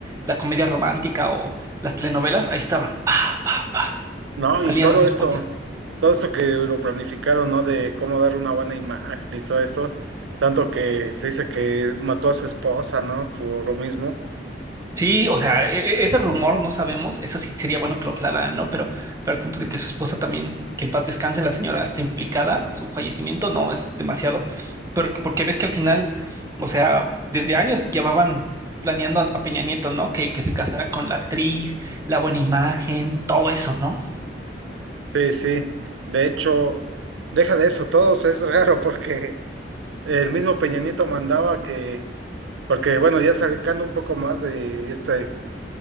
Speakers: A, on the right; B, on the right.
A: la comedia romántica o las telenovelas, ahí estaban, pa, pa, pa,
B: No,
A: salían
B: y todo
A: los spots.
B: esto, todo esto que lo planificaron, ¿no? De cómo dar una buena imagen y todo esto, tanto que se dice que mató a su esposa, ¿no? Por lo mismo.
A: Sí, o sea, e- e- ese rumor no sabemos, eso sí sería bueno que lo aclararan, ¿no? Pero, pero al punto de que su esposa también, que en paz descanse, la señora está implicada, su fallecimiento no es demasiado. Pero, porque ves que al final, o sea, desde años llevaban planeando a a Peña Nieto, ¿no? Que, que se casara con la actriz, la buena imagen, todo eso, ¿no?
B: Sí, sí. De hecho, deja de eso, todos es raro porque El mismo Peña Nieto mandaba que, porque bueno, ya sacando un poco más de este